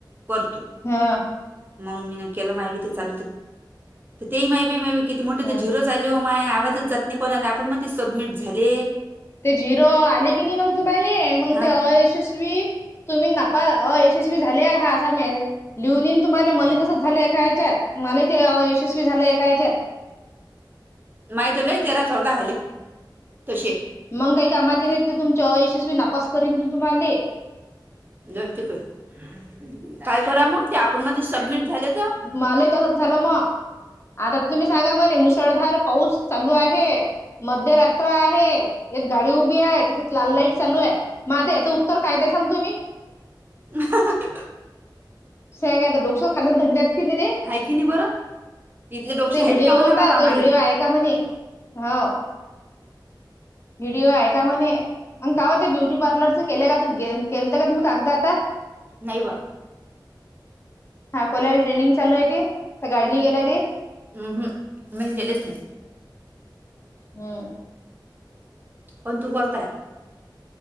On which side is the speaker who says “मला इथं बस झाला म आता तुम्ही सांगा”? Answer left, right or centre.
Left